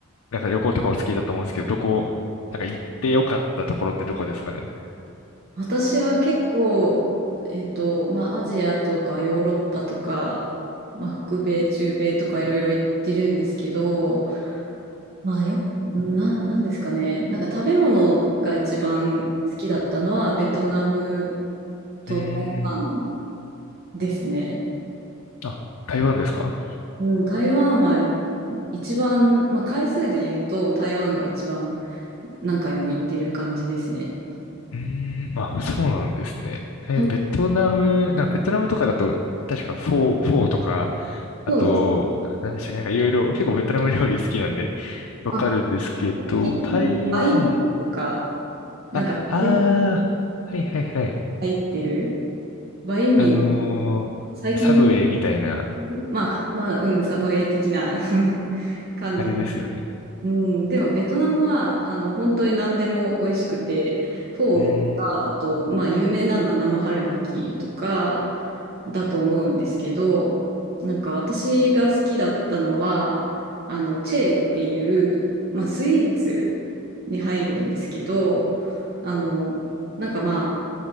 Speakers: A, on the left (about 80°); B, on the right (about 50°).
A: なんか旅行とかお好きだと思うんですけど、どこ、なんか行ってよかったところってどこですかね。
B: 私は結構、えっと、まあ、アジアとかヨーロッパとか、まあ、北米、中米とかいろいろ行ってるんですけど、まあよ、な、なんですかね。なんか食べ物が一番好きだったのはベトナムと台湾
A: うーん。
B: ですね。
A: あ、台湾ですか
B: うん、台湾はやっぱ一番、まあ回数で言うと台湾が一番何回も行ってる感じですね。
A: うーん、まあ、そうなんですね。え、
B: そう
A: ベトナム、なんかベトナムとかだと、確かフォー、フォーとか、あと、
B: そうです。
A: 何でしたっけ、なんかいろいろ、結構ベトナム料理好きなんで、わかるんですけど、
B: あ、最近バインミーとか、
A: 台湾、
B: なんか入
A: あ、あー、はいはいはい。
B: ってるバインミー、
A: あのーサブウェイみたいな、
B: 最近、まあまあ、うん、サブウェイ的な <laughs> 感じ
A: あれですよね。
B: うん、でもベトナムはあの本当に何でも美味しくて、フォーとか、
A: うーん、
B: あと、まあ、有名なのは生春巻きとかだと思うんですけど、なんか私が好きだったのは、あのチェーっていう、まあ、スイーツに入るんですけど、あの、なんかまあ、